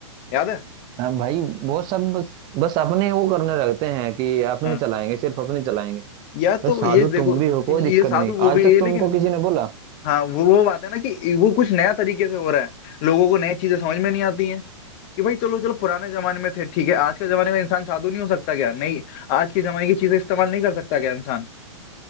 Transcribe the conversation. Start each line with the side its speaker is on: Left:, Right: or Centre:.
Left: याद है
Right: हाँ भाई वो सब बस बस अपने वो करने रहते हैं कि अपने
Left: हाँ
Right: चलाएंगे सिर्फ अपने चलाएंगे
Left: या
Right: भाई
Left: तो
Right: साधु
Left: ये देखो
Right: तुम भी हो कोई दिक्कत
Left: ये साधु
Right: नहीं
Left: वो
Right: आज
Left: भी
Right: तक
Left: है
Right: तुमको
Left: लेकिन
Right: किसी ने बोला
Left: हाँ वो वो बात है ना कि वो कुछ नया तरीके से हो रहा है लोगों को नई चीजें समझ में नहीं आती हैं कि भाई चलो चलो पुराने जमाने में थे ठीक है आज के जमाने में इंसान साधु नहीं हो सकता क्या नहीं आज के जमाने की चीजें इस्तेमाल नहीं कर सकता क्या इंसान